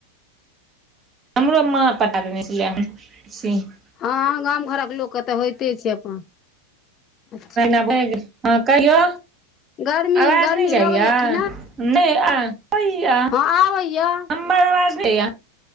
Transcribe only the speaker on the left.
हँ गाम घरक लोकके तऽ होइते छै अपन अच्छा
गर्मी
गर्मी
लगैया कि
हँ आबै यऽ